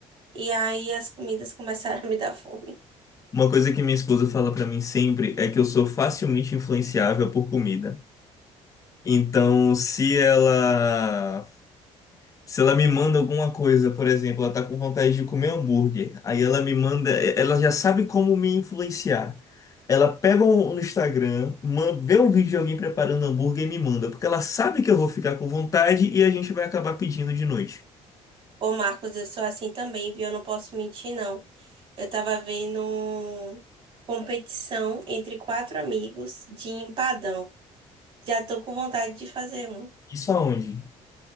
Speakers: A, on the right (about 50°); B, on the left (about 25°).
A: e aí as comidas começaram <laughs> a me dar fome.
B: Uma coisa que minha esposa fala pra mim sempre é que eu sou facilmente influenciável por comida. Então, se ela se ela me manda alguma coisa, por exemplo, ela tá com vontade de comer hambúrguer, aí ela me manda, ela já sabe como me influenciar. Ela pega um- no Instagram, man- vê um vídeo de alguém preparando hambúrguer e me manda, porque ela sabe que eu vou ficar com vontade e a gente vai acabar pedindo de noite.
A: Ô, Marcos, eu sou assim também, viu? Eu não posso mentir, não. Eu tava vendo competição entre quatro amigos de empadão. Já tô com vontade de fazer um
B: Isso aonde?